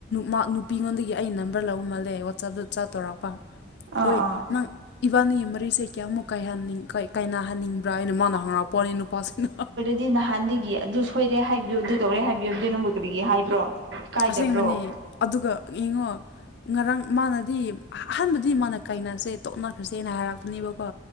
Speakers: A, on the left (about 60°); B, on the right (about 70°).
A: ꯃꯥ ꯅꯨꯄꯤꯉꯣꯟꯗꯒꯤ ꯑꯩ ꯅꯝꯕꯔ ꯂꯧꯕꯃꯥꯜꯂꯦ ꯋꯥꯆꯞꯇ ꯆꯥꯠꯇꯧꯔꯛꯄ
B: ꯑꯥ
A: ꯍꯣꯏ
B: ꯑꯥ
A: ꯅꯪ ꯏꯕꯥꯅꯤ ꯃꯔꯤꯁꯦ ꯀꯌꯥꯃꯨꯛ ꯀꯥꯏꯍꯟꯅꯤꯡ ꯀꯥꯏꯅꯍꯟꯅꯤꯡ ꯄ꯭ꯔꯥꯅ ꯃꯅꯥ ꯍꯪꯉꯛꯄ ꯋꯥꯅꯤ ꯅꯨꯄꯥꯁꯤꯅ
B: ꯗꯤ ꯅꯍꯥꯟꯗꯒꯤ ꯑꯗꯨ ꯁꯣꯏꯔꯦ ꯍꯥꯏꯕꯤꯌꯨ ꯑꯗꯨ ꯇꯧꯔꯦ ꯍꯥꯏꯕꯤꯌꯨ ꯑꯗꯨ ꯅꯪꯕꯨ ꯀꯔꯤꯒꯤ ꯍꯥꯏꯕ꯭ꯔꯣ ꯀꯥꯏꯗꯕ꯭ꯔꯣ
A: ꯑꯁꯦꯡꯕꯅꯤ ꯑꯗꯨꯒ ꯌꯦꯡꯉꯣ ꯉꯔꯥꯡ ꯃꯥꯅꯗꯤ ꯑꯍꯥꯟꯕꯗꯤ ꯃꯥꯅ ꯀꯥꯏꯅꯔꯁꯦ- ꯇꯣꯛꯅꯈ꯭ꯔꯁꯦꯅ ꯍꯥꯏꯔꯛꯄꯅꯦꯕꯀꯣ